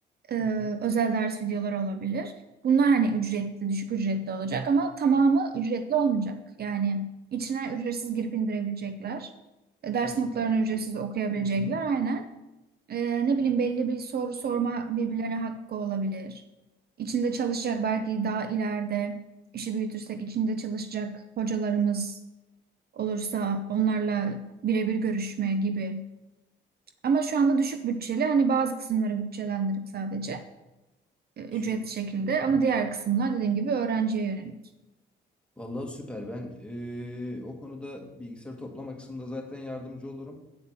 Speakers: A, on the right; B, in the centre.
A: Ee,
B: Hı hı.
A: özel ders videoları olabilir bunlar hani ücretli düşük ücretli olacak ama tamamı ücretli olmayacak yani içine ücretsiz girip indirebilecekler Ee, ders
B: Ha, süper.
A: notlarını ücretsiz okuyabilecekler
B: Hı hı.
A: aynen Ee, ne bileyim belli bir soru sorma birbirlerine hakkı olabilir İçinde çalışacak belki daha ileride işi büyütürsek içinde çalışacak hocalarımız olursa onlarla birebir görüşme gibi. Ama şu anda düşük bütçeli hani bazı kısımları bütçelendirip sadece e,
B: Sü
A: ücret şekilde ama diğer kısımlar dediğim gibi öğrenciye yönelik.
B: Vallahi süper. Ben eee, o konuda bilgisayar toplama kısmında zaten yardımcı olurum.